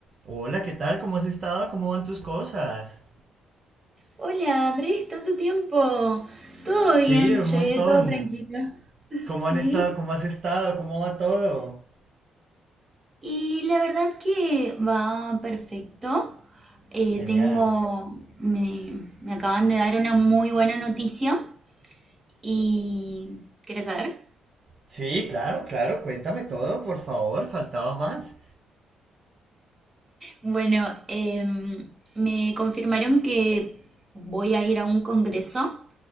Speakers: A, on the right (about 45°); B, on the right (about 30°).
A: Hola, ¿qué tal? ¿Cómo has estado? ¿Cómo van tus cosas?
B: Hola, Andrés, tanto tiempo. Todo
A: Sí,
B: bien,
A: un
B: llegué
A: montón.
B: todo tranquilo.
A: ¿Cómo han
B: Sí.
A: estado? ¿Cómo has estado? ¿Cómo va todo?
B: Y la verdad que va perfecto. Eh,
A: Genial.
B: tengo, me, me acaban de dar una muy buena noticia y ¿quieres saber?
A: Sí, claro, claro, cuéntame todo, por favor, faltaba más.
B: Bueno, em, me confirmaron que voy a ir a un congreso